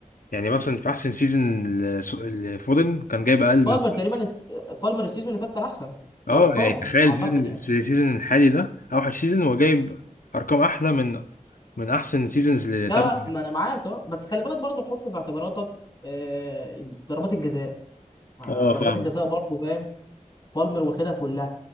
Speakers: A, on the left (about 85°); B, on the left (about 30°).
A: يعني مثلا في احسن سيزون لس- لفودن كان جايب اقل
B: بالمر
A: من
B: تقريبا الس- بالمر السيزون اللي فات كان احسن
A: <laughs> اه
B: كارقام
A: يعني تخيل
B: اعتقد
A: السيزون
B: يعني
A: السيزون الحالي ده اوحش سيزون هو جايب ارقام احلى من من احسن سيزونز اللي
B: لا
A: تبع
B: لا ما انا معاك اه بس خلي بالك برضه حط في اعتباراتك آه، ضربات الجزاء آه،
A: اه
B: ضربات
A: فاهمك
B: الجزاء برضه فاهم بالمر واخدها كلها